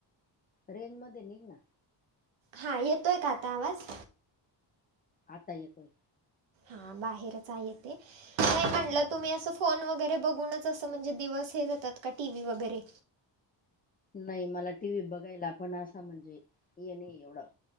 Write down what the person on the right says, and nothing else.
हां, येतोय का आता आवाज.
हां, बाहेरच आहे येथे. नाही म्हणलं, तुम्ही असं फोन वगैरे बघूनच असं म्हणजे, दिवस हे जातात का टीव्ही वगैरे.